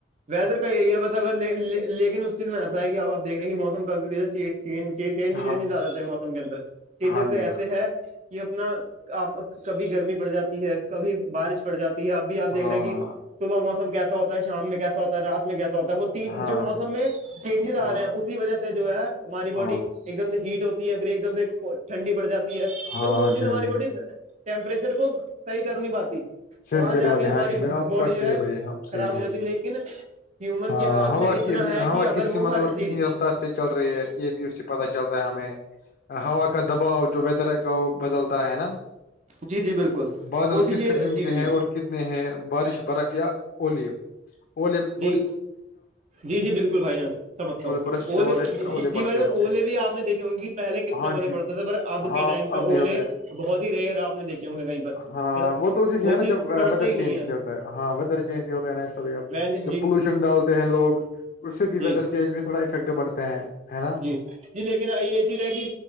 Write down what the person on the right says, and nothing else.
ویدر کا یہی ہے بس اگر لیکن اس اتنا ایسا ہے کہ اپ دیکھیں گ موم کبھیہ چین <unintelligible> چجینجینج
آ جات ہے موسم کے اندر چینجز
ایسے ہے کہ اپنا <unintelligible> کبھی گرمی پڑ جاتی ہے کبھی بارش پڑ جاتی ہے اب بھی آپ دیکھ
رہے ہیں کہ
صبح مو کیسا ہوتا ہے شام میں کیسا ہوتا ہے رات میں کیسا ہوتا ہے وہ
جو موسم
میں چینجیز آ
رہے ہیں اس اسی وجہ سے جو ہے ہماری باڈی
ایک دم ہیٹ ہوتی ہے پھر ایک دم سے ٹھنڈی پڑ جاتی ہے
تو وہ چیز
ہماری
باڈی ٹیمپریچر کو صحیح کر نہیں پاتی
وہاں
جا
کے ہماری
باڈی
جو
ہے
خراب
ہو جاتی
لیکن ہیومن
کے ہاتھ
میں اتنا ہے
کہ اگر
وہ
ہر
جی
جی
جی جی بالکل
کوشش
یہ
جی
جی
جی جی جی بالکل بھائی جان سمجھتا
ہوں
اے
ج
جی
بھائی جان
اولے بھی آپ نے دیکھی <unintelligible> کیکہ پہے کتنے
اے
پڑتے تھے اب
کے ٹائم پہ
اوے
بہت ہی ریئر آپ نے دیکے ہوں گے کہیں پر
پر
چیز
پڑھتے
ہی نہیں
وندی <unintelligible>
جی
جی لیکن یہ چیز ہے کہ